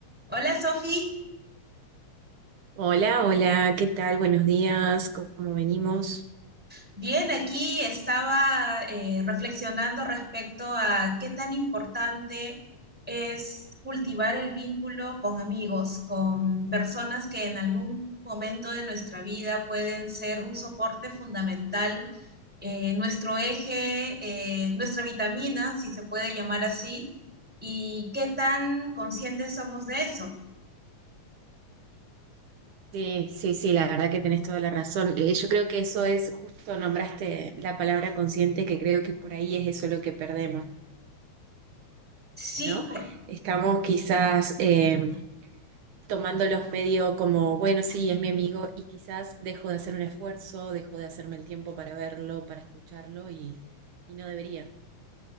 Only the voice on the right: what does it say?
Hola, hola, ¿qué tal? Buenos días, ¿cómo venimos?
Sí, sí, sí, la verdad que tenés toda la razón. Eh, Yo creo que eso es, justo nombraste la palabra consciente, que creo que por ahí es eso lo que perdemos,
¿no?
Estamos quizás eh, tomándolos medio como, bueno, sí, es mi amigo, y quizás dejo de hacer un esfuerzo, dejo de hacerme el tiempo para verlo, para escucharlo, y, y no debería.